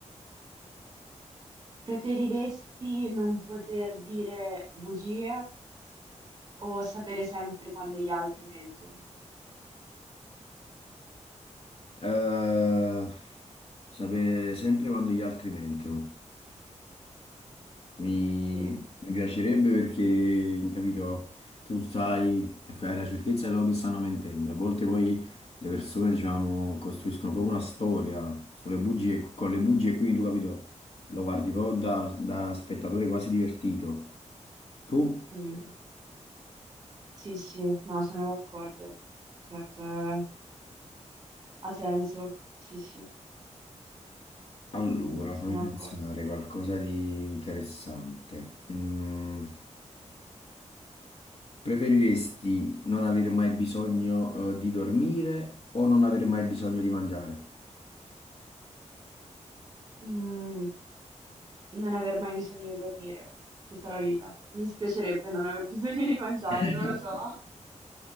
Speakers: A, on the right; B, on the left.
A: Preferiresti non poter dire bugie? o sapere sempre quando gli altri mentono.
B: Eh, sapere sempre quando gli altri mentono. Mi,
A: Sì, eh.
B: mi piacerebbe perché, capito, tu sai e fai la certezza che loro ti stanno mentendo. A volte poi le persone, diciamo, costruiscono proprio una storia sulle bugie, con le bugie, quindi tu, capito, lo guardi proprio da, da spettatore quasi divertito. Tu?
A: Mm. Sì, sì, no, sono d'accordo. Certo, eh, ha senso. Sì, sì,
B: Allora,
A: sono
B: fammi
A: d'accordo.
B: pensare qualcosa di interessante. Mm. Preferiresti non avere mai bisogno, eh, di dormire o non avere mai bisogno di mangiare?
A: Mm, non aver mai bisogno di dormire tutta la vita. Mi dispiacerebbe non aver bisogno di mangiare,
B: <laughs>
A: non lo so.